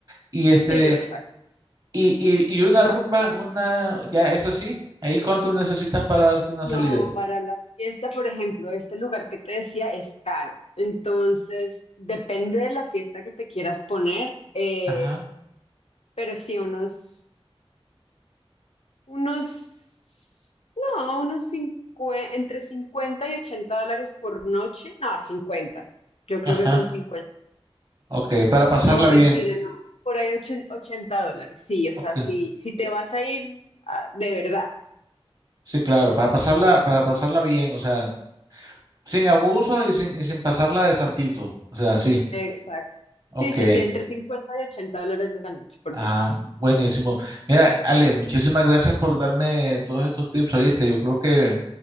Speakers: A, on the right; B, on the left.
A: Y este,
B: sí, exacto.
A: y, y, y una rumba, una, ya, eso sí, ahí cuánto necesitas para darte una
B: No,
A: salida.
B: para la fiesta, por ejemplo, este lugar que te decía es caro. Entonces, depende de la fiesta que te quieras poner, eh,
A: Ajá,
B: pero sí, unos, unos, no, unos cincue- entre 50 y 80 dólares por noche. No, 50 Yo creo
A: ajá.
B: que con cincuenta
A: Ok, para pasarla
B: No,
A: bien.
B: mentira, no. Por ahí ocho- 80 dólares. Sí, o
A: Ok,
B: sea, si, si te vas a ir ah, de verdad
A: sí, claro, para pasarla, para pasarla bien, o sea, Sin abuso y sin, y sin pasarla de santito. O sea, sí.
B: Exacto.
A: Ok.
B: Sí, sí, sí, entre 50 y 80 dólares la noche por
A: Ah,
B: persona.
A: buenísimo. Mira, Ale, muchísimas gracias por darme todos estos tips, ¿oíste? Yo creo que